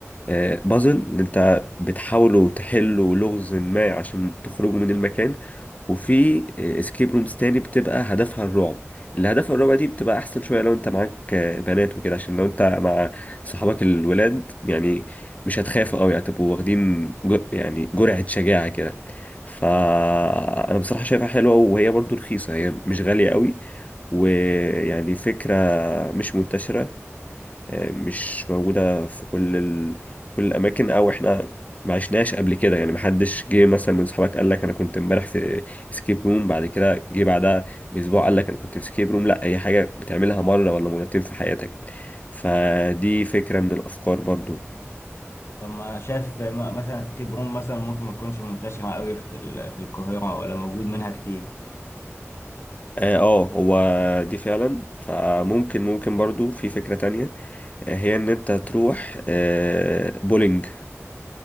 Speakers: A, on the left; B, on the left.
A: آه، بازل اللي انت بتحاولوا تحلوا لغز ما عشان تخرجوا من المكان وفي اسكيب رومز تاني بتبقى هدفها الرعب اللي هدفها الرعب دي بتبقى احسن شويه لو انت معاك آه، بنات وكده عشان لو انت مع صحابك الولاد يعني مش هتخافوا قوي هتبقوا واخدين جر... يعني جرعه شجاعه كده فانا بصراحه شايفها حلوه وهي برضو رخيصه هي مش غاليه قوي ويعني فكره مش منتشره آه، مش موجودة في كل ال... في كل الأماكن أو إحنا ما عشناش قبل كده يعني محدش جه مثلا من صحابك قال لك أنا كنت امبارح في اسكيب روم بعد كده جه بعدها بأسبوع قال لك أنا كنت في اسكيب روم لا هي حاجة بتعملها مرة ولا مرتين في حياتك فدي فكرة من الأفكار برضو
B: طب ما شايف م- مثلا سكيب روم مثلا ممكن ما تكونش منتشرة قوي في ال... في القاهرة ولا موجود منها كتير
A: اه آه، هو دي فعلا فممكن ممكن برضو في فكرة تانية آه، هي ان انت تروح آه، بولينج